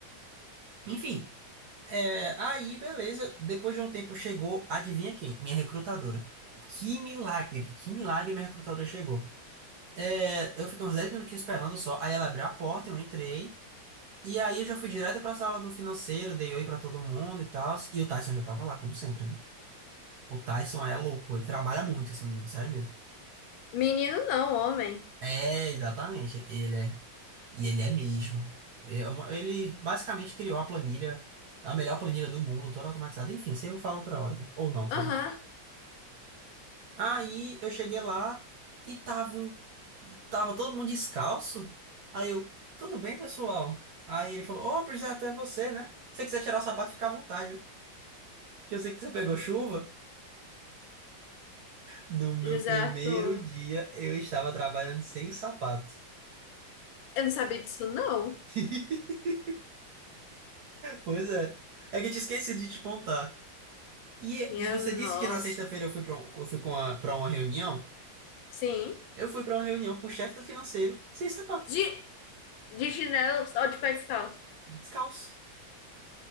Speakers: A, on the right; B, on the left.
A: Enfim, é, aí beleza. Depois de um tempo chegou, adivinha quem? Minha recrutadora. Que milagre, que milagre minha recrutadora chegou. É, eu fiquei uns 10 minutinhos esperando só. Aí ela abriu a porta, eu entrei. E aí eu já fui direto pra sala do financeiro, dei oi pra todo mundo e tal. E o Tyson já tava lá, como sempre, né? O Tyson é louco, ele trabalha muito, esse menino, sério mesmo.
B: Menino não, homem.
A: É, exatamente, ele é. E ele é mesmo. É uma- Ele basicamente criou a planilha, a melhor planilha do mundo, toda automatizada. Enfim, isso aí eu falo outra hora. tá? Ou não, sei
B: Aham,
A: lá. Aí eu cheguei lá e tava, um- e tava todo mundo descalço. Aí eu, tudo bem, pessoal? Aí ele falou, ô, pois é, até você, né? Se você quiser tirar o sapato, fica à vontade. Que eu sei que você pegou chuva. No meu
B: José
A: primeiro
B: Arthur.
A: dia, eu estava trabalhando sem sapato.
B: Eu não sabia disso, não.
A: <laughs> Pois é. É que eu tinha esquecido de te contar. E,
B: Minha
A: e você disse
B: nossa.
A: que na sexta-feira eu fui para eu fui com a- pra uma reunião.
B: Sim.
A: Eu fui para uma reunião com o chefe do financeiro, sem sapato,
B: De, de chinelo ou de pé descalço?
A: descalço.